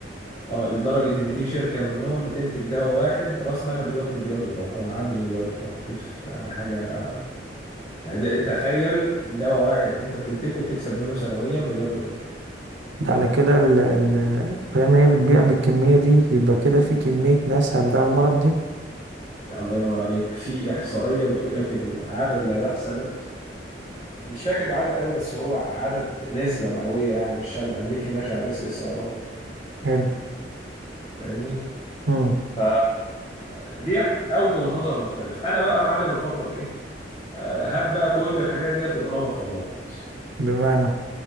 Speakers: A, on the left (about 35°); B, on the right (about 90°).
A: اه لدرجة ان في شركة منهم بتنتج دواء واحد راس مالها دلوقتي مليار دولار او معدي المليار دولار دي في- يعني حاجة يعني ده تخيل دواء واحد انت بتنتجه بتكسب منه سنويا مليار دولار
B: ده على كده ال- ال- مادام هي بتبيع بالكمية دي يبقى كده في كمية ناس عندها المرض دي
A: الله ينور عليك في احصائيه بتقول لك ان عدد لا باس به مش فاكر العدد قوي بس هو عدد نسبه مئويه يعني من الشعب الامريكي ماشي على الاس اس ار
B: حلو
A: فاهمني
B: مم.
A: ف ديت اوجه النظر مختلف انا بقى يا معلم بفضل ايه آه، هات بقى كل الحاجات ديت واضربها في خلاط
B: بمعنى